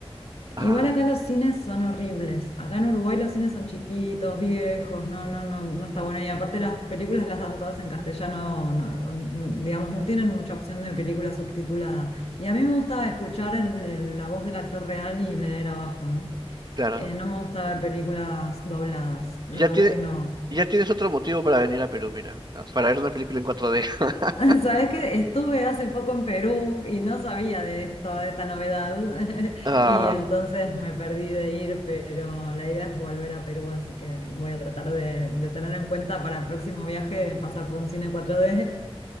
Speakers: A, on the right (about 45°); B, on the left (about 80°).
A: Ah,
B: Igual acá los cines son horribles. Acá en Uruguay los cines son chiquitos, viejos, no, no, no, no está bueno. Y aparte las películas las dan todas en castellano, no- no- digamos, no tienen mucha opción de película subtitulada. Y a mí me gusta escuchar el- el- la voz del actor real y leer abajo, ¿no?
A: claro.
B: Eh, no me gusta ver películas dobladas, la
A: Ya
B: verdad
A: tiene,
B: que no.
A: ya tienes otro motivo para venir a Perú, mira, ah, para ver una película en 4D. <laughs>
B: <laughs> Sabes que estuve hace poco en Perú y no sabía de esto, de esta novedad, <laughs>
A: Ah,
B: y entonces me perdí de ir, pero la idea es volver a Perú, así que voy a tratar de, de tener en cuenta para el próximo viaje pasar por un cine cuatro d